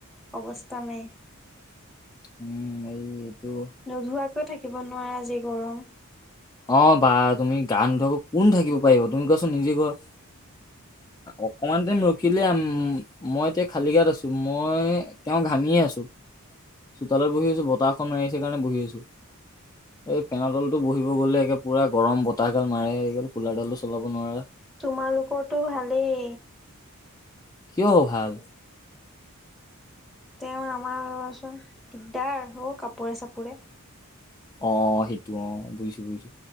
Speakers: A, in the centre; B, on the left.
A: অৱস্থা নাই।
B: উম। এই এইটো
A: নোধোৱাকৈ থাকিব নোৱাৰা যি গৰম।
B: অহ, বা তুমি গা নুধোৱাকে কোন থাকিব পাৰিব, তুমি কোৱাচোন নিজে কোৱা। অকমান টাইম ৰ ৰখিলে মই এতিয়া খালী গাত আছোঁ। মই এতিয়াওঁ ঘামিয়ে আছোঁ। চোতালত বহি আছোঁ বতাহ এখন মাৰি আছিল কাৰণে বহি আছোঁ। এই ফেনৰ তলতো বহি-বহি গ'লে একে পুৰা গৰম বতাহ গাল মাৰে। গ'লে কুলাৰডালো চলাব নোৱাৰা।
A: তোমালোকৰটো ভালেই।
B: কিয় ভাল?
A: তেওঁ আমাৰ দিয়াচোন দিগদাৰ হ' কাপোৰে-চাপোৰে।
B: অহ, সেইটো অহ, বুজিছো-বুজিছো।